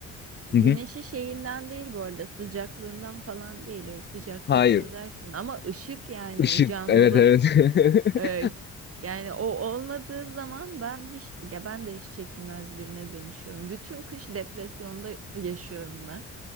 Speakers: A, on the right (about 50°); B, on the left (about 35°).
A: güneşi
B: hı hı,
A: şeyinden değil bu arada sıcaklığından falan değil o sıcaklığı
B: hayır.
A: çözersin ama ışık yani
B: Işık,
A: canlılık
B: evet evet. <laughs>
A: e, yani o olmadığı zaman ben hiç ya ben de hiç çekilmez birine dönüşüyorum. Bütün kış depresyonda yaşıyorum ben.